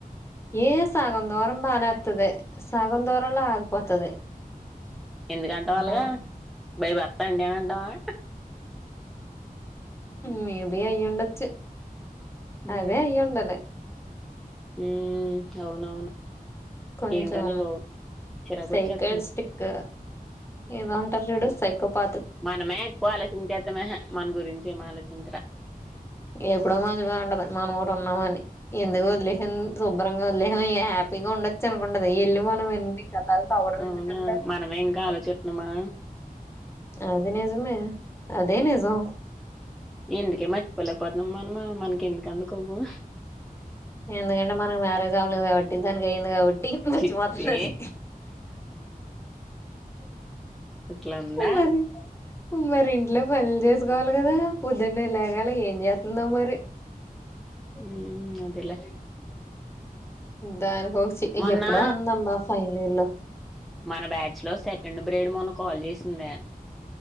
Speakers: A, on the left; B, in the centre.
A: ఏ సగం దూరం బానే అత్తది సగం దూరం లో ఆగిపోతది
B: ఎందుకంటవ్ అలాగా
A: రా
B: బై బర్త్ అండి అంటావా
A: మేబి అయ్యుండొచ్చు
B: ఉ
A: అదే అయ్యుండాలి
B: ఉమ్ అవునవును
A: కొంచెం
B: ఏంటో నువ్వు చిరాకు
A: సైకాస్టిక్
B: వచ్చేస్తుంది
A: ఏదో అంటారు చూడు సైకో ప
B: మనమే ఎక్కువ ఆలోచించేతమే హే మన గురించి ఏం ఆలోచించరు
A: ఎప్పుడో మతిపోయింటది మనం కూడా ఉన్నామని ఎందుకు వదిలేశాం శుబ్బరంగ వదిలేశాం ఏ హ్యాపీగా ఉండొచ్చు అనుకుంటది ఇల్లు మనం ఎన్ని గతాలు తవ్వడం
B: అవునా
A: ఎందుకంటే
B: మనమే ఇంకా ఆలోచితున్నామా
A: అది నిజమే అదే నిజం
B: ఎందుకే మర్చిపోలేకపోతున్నాం మనము మనకి ఎందుకు అందుకువ
A: ఎందుకంటే మనకు మ్యారేజ్ అవ్వలేదు కాబట్టి దానికి అయింది కాబట్టి మర్చిపోతుంది
B: చి ఛి
A: అది
B: ఇట్ల ఉందా
A: మరి మరి ఇంట్లో పనులు చేసుకోవాలి కదా పొద్దున్నే లేగాల ఏం చేస్తుందో మరి
B: మ్ అదెలే
A: దాన్కి ఒక సిటీ
B: మొన్నా
A: ఎప్పుడో అందమ్మా ఫైనల్ ఇయర్ లో
B: మన బ్యాచ్ లో సెకండ్ బ్రేడ్ మొన్న కాల్ చేసిందె